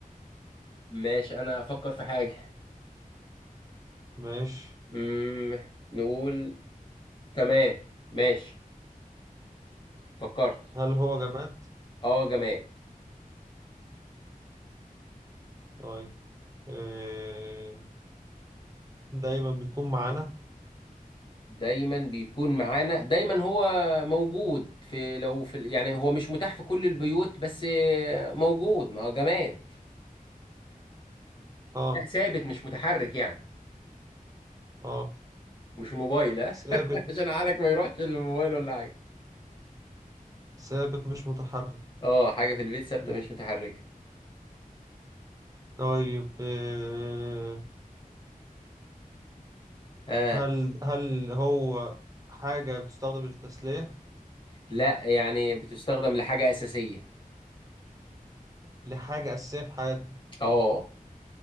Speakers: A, on the left; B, on the right.
A: ماشي أنا أفكر في حاجة
B: ماشي
A: مم. نقول تمام ماشي فكرت
B: هل هو جماد
A: اه جماد
B: طيب إيه دايما بيكون معانا
A: دايما بيكون معانا دايما هو موجود في لو في ال- يعني هو مش متاح في كل البيوت بس آه، موجود ما هو جماد
B: اه
A: لا ثابت مش متحرك يعني
B: اه
A: مش الموبايل ها
B: ثابت
A: <laughs> عشان عقلك ما يروحش للموبايل ولا حاجه
B: ثابت مش متحرك
A: اه حاجه في البيت ثابته
B: مم.
A: مش متحركه
B: طيب إيه
A: اه
B: هل هل هو حاجة بتستخدم للتسلية
A: لا يعني بتستخدم لحاجه اساسيه
B: لحاجة أساسية في حياتنا
A: اه